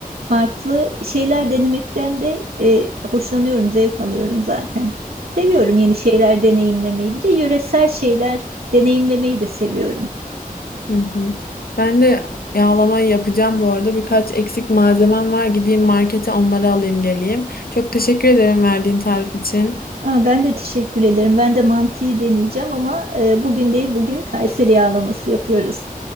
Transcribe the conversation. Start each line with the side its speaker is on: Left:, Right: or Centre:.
Right: farklı şeyler denemekten de e, hoşlanıyorum, zevk alıyorum zaten. Seviyorum yeni şeyler deneyimlemeyi. Bir de yöresel şeyler deneyimlemeyi de seviyorum.
Left: Hı hı. Ben de yağlama yapacağım bu arada. Birkaç eksik malzemem var. Gideyim markete onları alayım geleyim. Çok teşekkür ederim verdiğin tarif için.
Right: Aa, ben de teşekkür ederim. Ben de mantıyı deneyeceğim ama e, bugün değil bugün Kayseri yağlaması yapıyoruz.